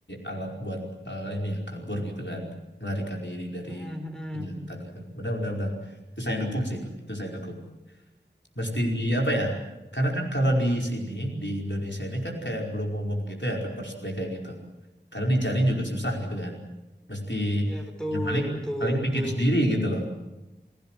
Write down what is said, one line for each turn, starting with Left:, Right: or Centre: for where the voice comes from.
Left: alat buat eh, ini ya kabur gitu kan, melarikan diri dari
Centre: Mm-mm, mm-mm.
Left: kejahatan gitu. Benar-benar benar. benar. Itu saya dukung sih itu, itu saya dukung. Mesti di apa ya? Karena kan kalau di sini di Indonesia ini kan kayak belum umum gitu ya pepper spray kayak gitu. Karena dicari juga susah gitu kan. Mesti
Centre: Iya betul
Left: ya paling
Centre: betul
Left: paling
Centre: betul.
Left: bikin sendiri gitu loh.